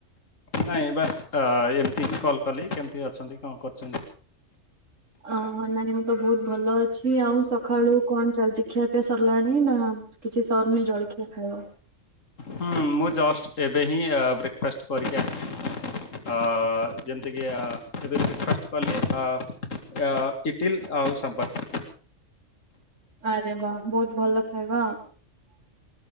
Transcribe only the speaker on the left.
ନାଇଁ ବାସ୍ ଏମିତି ହି କଲ୍ କଲି କେମିତି ଅଛନ୍ତି କଣ କରୁଚନ୍ତି?
ହୁଁ ମୁଁ ଜଷ୍ଟ ଏବେ ହିଁ ବ୍ରେକଫାଷ୍ଟ କରିକି ଆସିଛି। ଅ ଯେମିତିକି ଏବେ ବ୍ରେକ୍ଫାଷ୍ଟ କଲି ଏ ଅ ଇଟିିଲ୍ ଆଉ ସମ୍ବର।